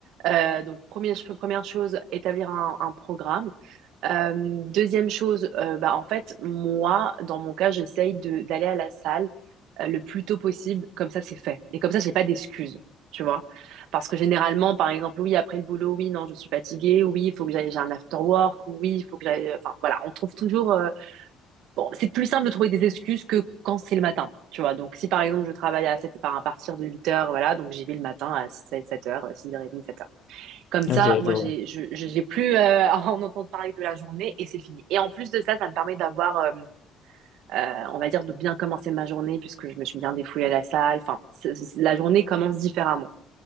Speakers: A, on the right; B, on the left.
A: Euh, donc première, ch- première chose, établir un, un programme. Euh, deuxième chose, euh, bah, en fait, moi, dans mon cas, j'essaye de d'aller à la salle euh, le plus tôt possible. Comme ça, c'est fait. Et comme ça, j'ai pas d'excuses, tu vois. Parce que généralement, par exemple, oui, après le boulot, oui, non, je suis fatiguée. Oui, il faut que j'aille, j'ai un after work. Oui, il faut que j'aille. Enfin, voilà, on trouve toujours euh, Bon, c'est plus simple de trouver des excuses que quand c'est le matin, tu vois. Donc, si par exemple, je travaille à 7, enfin, à partir de 8 heures, voilà, donc j'y vais le matin à 7 heures, 6h30, 7 heures. Comme ça,
B: Ok, je
A: moi,
B: vois.
A: j'ai, je, je- j'ai plus euh, <laughs> à en entendre parler de la journée et c'est fini. Et en plus de ça, ça me permet d'avoir, euh, euh, on va dire, de bien commencer ma journée puisque je me suis bien défoulée à la salle. Enfin, c'est- c'est- la journée commence différemment.